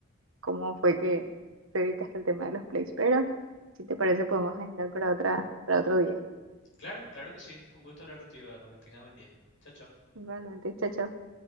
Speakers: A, on the right (about 75°); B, on the left (about 60°).
A: cómo fue que te dedicaste al tema de los plays, pero si te parece podemos agendar para otra, para otro día.
B: Claro, claro que sí. Un gusto hablar contigo, Alma, que tengas buen día. Chao, chao.
A: Igualmente, chao, chao.